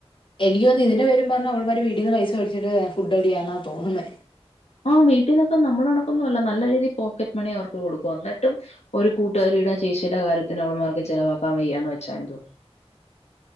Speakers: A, on the left (about 50°); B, on the left (about 85°).
A: എനിക്ക് തോന്ന ഇതിന്റെ പേര് പറഞ്ഞ് അവള്മാര് വീട്ടീന്ന് പൈസ വേടിച്ചിട്ട് ഫുഡ്ഡടിയാന്ന തോന്ന്ന്നേ
B: ആഹ് വീട്ടീന്നൊക്ക നമ്മ്ടെ കണക്കൊന്നു അല്ല നല്ല രീതി പോ ക്കറ്റ് മണി അവർക്ക് കൊടുക്കും എന്നിട്ടും ഒരു കൂട്ടുക്കാരീടെ ചേച്ചീടെ കാര്യ ത്തിന് അവള്മാർക്ക് ചെലവാക്ക വയ്യാന്ന് വെച്ച എന്ത്വാ